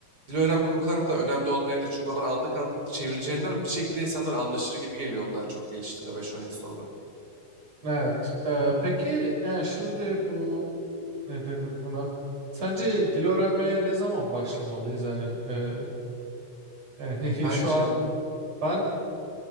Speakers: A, on the right; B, on the right.
A: dil öğrenmek o kadar da önemli olmayabilir. Çünkü onlar anlık anlık çevireceğinden bir şekilde insanlar anlaşır gibi geliyor onlar çok geliştiğinde beş on yıl sonra.
B: Evet. Ee, peki yani şimdi bu ne denir buna? Sence dil öğrenmeye ne zaman başlamalıyız? Yani e, yani <laughs>
A: Bence
B: şu an ben